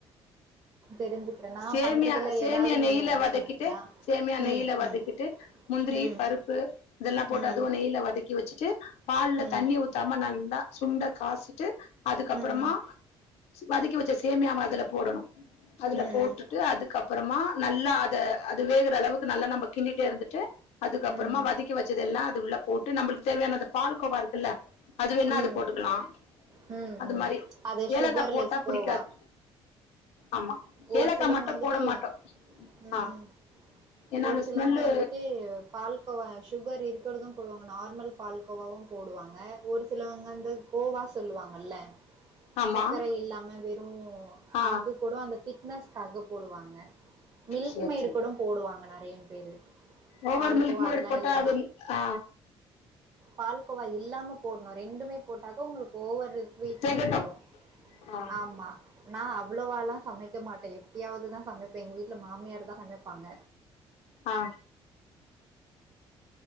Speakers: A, on the right; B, on the left.
A: தெரிஞ்சுக்கிறேன். நான்
B: சேமியா
A: பண்றதுல
B: சேமியா
A: ஏதாவது நீங்க
B: நெய்யில
A: இது
B: வதக்கிட்டு
A: பண்ணுவீங்களா?
B: சேமியா நெய்யில
A: ம்.
B: வதக்கிட்டு
A: ம்.
B: முந்திரி
A: ம்.
B: பருப்பு இதெல்லா போட்டு
A: ம்.
B: அதுவு நெய்யில வதக்கி வெச்சுட்டு பால்ல
A: ம்.
B: தண்ணி ஊத்தாம நல் லா சுண்ட காசிட்டு அதுக்கப்புறமா
A: ம். ம்.
B: வதக்கி வெச்ச சேமியாவ அதுல போடணு அதுல
A: ம்.
B: போட்டுட்டு அதுக்கப்புறமா நல்லா அத அது வேகுற அளவுக்கு நல்லா நம்ம கிண்டட்டே இருந்துட்டு அதுக்கப்புறமா
A: ம்.
B: வதக்கி வெச்சத எல்லா அது உள்ள போட்டு நம்மளுக்கு தேவையான அந்த பாலு கோவா இருக்குல்ல அது வேணா
A: ம்.
B: அது போட்டுக்கலா
A: ம்
B: அது
A: ம்
B: மாரி
A: அது சுகர்லெஸ்
B: ஏலக்கா போட்டா
A: கோவா
B: புடிக்காது ஆமா
A: ஒரு
B: ஏலக்கா
A: சிலவங்க
B: மட்டு
A: வந்துட்டு
B: போட மாட்டோ
A: ம்
B: ஆ ஏன்னா
A: ஒரு
B: அந்த
A: சிலவங்க
B: ஸ்மெல்லு
A: வந்துட்டு பால்கோவ சுகர் இருக் தும் போடுவாங்க நார்மல் பால கோோவாவு போடுவாங்க ஒரு சிலவங்க வந்து கோவா சொல்லுவாங்கல்ல
B: ஆமா
A: சர்க்கரை இல்லாம வெர் ம்
B: ஆ
A: அது கூட அந்த தி்க் ஸ்காக போடுவாங்க மில்க்
B: சேரி
A: மேடு
B: சேரி
A: கூட போடுவாங்க ந நிறைய பேரு
B: ஓவர்
A: பால்
B: மில்க்
A: கோவா
B: மேட்
A: அதெல்லா
B: போட்டா
A: இல்லன்னா
B: அது ஆ
A: பால்கோவா இல்லாம போடணு ரெண்டுமே போட்டாக்க உங்களுக்கு ஓவ்வரு ஸ்வீட்னஸ்
B: தெகட்டு
A: வரு
B: ஆ
A: ஆமா நா அவ்வளவாலா சமை சமைக்கவே மாட்டே எப்பியாவதுதா சமை இப்ப எங்க வீட்டுல மாமியார் தா சமைப்பாங்க
B: ஆ